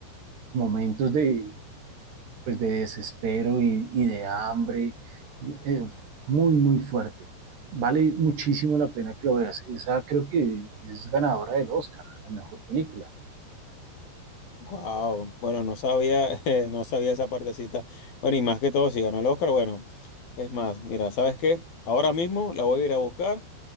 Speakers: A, on the right; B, on the left.
A: momentos de, pues, de desespero y, y de hambre, eh, muy, muy fuerte. Vale muchísimo la pena que lo veas. Esa creo que es ganadora del Oscar, la mejor película.
B: Wow, bueno, no sabía, <laughs> no sabía esa partecita. Bueno, y más que todo, si ganó el Oscar, bueno. Es más, mira, ¿sabes qué? Ahora mismo la voy a ir a buscar